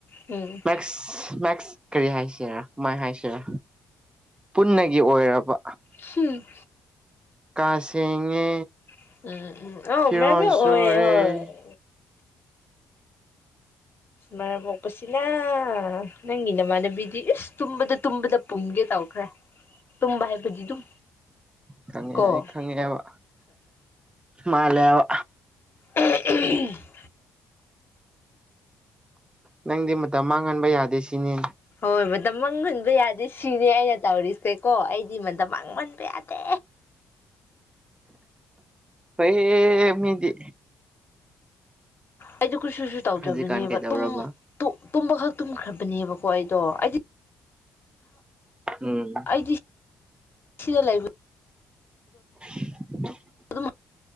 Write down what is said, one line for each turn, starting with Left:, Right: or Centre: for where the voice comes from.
Left: ꯎꯝ
Right: ꯃꯦꯛꯁ ꯃꯦꯛꯁ ꯀꯔꯤ ꯍꯥꯏꯁꯤꯔꯥ ꯀꯃꯥꯏ ꯍꯥꯏꯁꯤꯔꯥ ꯄꯨꯟꯅꯒꯤ ꯑꯣꯏꯔꯕ
Left: ꯍꯨꯝ
Right: ꯀꯥ ꯁꯦꯡꯉꯦ
Left: ꯎꯝ ꯎꯝ
Right: ꯐꯤꯔꯣꯜ
Left: ꯑꯣꯏ
Right: ꯁꯨꯔꯦ
Left: <unintelligible> ꯃꯔꯝ ꯃꯣꯛꯄꯁꯤꯅ ꯅꯪꯒꯤ ꯅꯃꯥꯟꯅꯕꯤ ꯕꯤꯗꯤ ꯏꯁ ꯇꯨꯝꯕꯗ ꯇꯨꯝꯕꯗ ꯄꯨꯝꯒꯦ ꯇꯧꯈ꯭ꯔꯦ ꯇꯨꯝꯕ ꯍꯥꯏꯕꯗꯤ ꯑꯗꯨꯝ
Right: ꯈꯪꯉꯦ
Left: ꯀꯣ
Right: ꯑꯩ ꯈꯪꯉꯦꯕ ꯃꯥꯂꯦꯕ
Left: <unintelligible>
Right: ꯅꯪꯗꯤ ꯃꯇꯝ ꯃꯥꯡꯍꯟꯕ ꯌꯥꯗꯦ ꯁꯤꯅꯤ
Left: ꯍꯣꯏ ꯃꯇꯝ ꯃꯥꯡꯍꯟꯕ ꯌꯥꯗꯦ ꯁꯤꯅꯦ ꯑꯩꯅ ꯇꯧꯔꯤꯁꯦ ꯀꯣ ꯑꯩꯗꯤ ꯃꯇꯝ ꯃꯥꯡꯍꯟꯕ ꯌꯥꯗꯦ
Right: ꯐꯩꯅꯦ ꯃꯤꯗꯤ
Left: ꯑꯩꯗ ꯨ ꯀꯨꯠꯁꯨꯁꯨ ꯇꯧꯗ꯭ꯔꯕꯅꯦꯕ
Right: ꯍꯧꯖꯤꯛꯀꯥꯟ ꯀꯩꯗꯧꯔꯕ
Left: ꯇꯨꯝ ꯇꯨꯝꯕꯈꯛ ꯇꯨꯝꯈ꯭ꯔꯕꯅꯦꯕꯀꯣ ꯑꯩꯗꯣ ꯑꯩꯗꯤ
Right: ꯎꯝ
Left: ꯑꯩꯗꯤ ꯁꯤꯗ ꯂꯩꯕ
Right: <unintelligible>
Left: ꯑꯗꯨꯝ